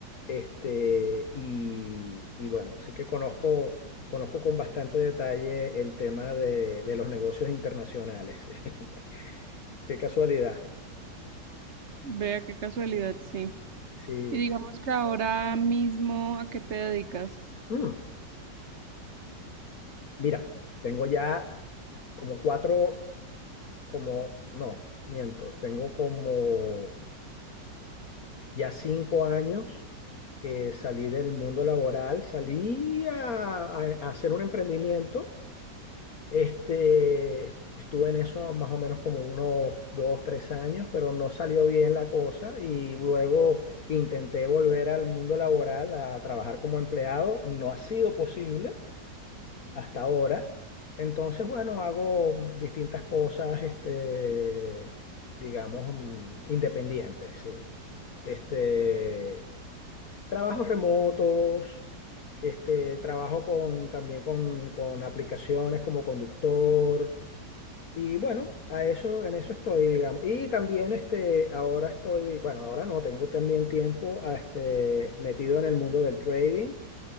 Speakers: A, on the left; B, on the right.
A: este, y, y bueno, así que conozco, conozco con bastante detalle el tema de, de los negocios internacionales. <laughs> Qué casualidad.
B: Vea qué casualidad, sí.
A: Sí,
B: Y digamos
A: sí.
B: que ahora mismo, ¿a qué te dedicas?
A: Mm, Mira, tengo ya como cuatro, como, no, miento, tengo como ya cinco años que salí del mundo laboral, salí a, a- a hacer un emprendimiento. Este, estuve en eso más o menos como unos dos, tres años, pero no salió bien la cosa y luego intenté volver al mundo laboral a trabajar como empleado. No ha sido posible. hasta ahora. Entonces, bueno, hago distintas cosas, este, digamos, mm, independientes, sí. Este, trabajos remotos, este, trabajo con, también con, con aplicaciones como conductor. Y bueno, a eso, en eso estoy, digamos. Y también este, ahora estoy, bueno, ahora no, tengo también tiempo a, este, metido en el mundo del trading,